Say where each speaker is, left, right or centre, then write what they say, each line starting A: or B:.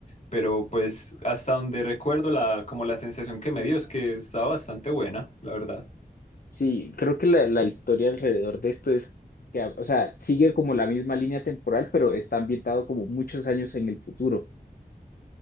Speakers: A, on the left; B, on the left.
A: pero pues hasta donde recuerdo la, como la sensación que me dio es que estaba bastante buena, la verdad.
B: sí, creo que la, la historia alrededor de esto es que, o sea, sigue como la misma línea temporal, pero está ambientado como muchos años en el futuro,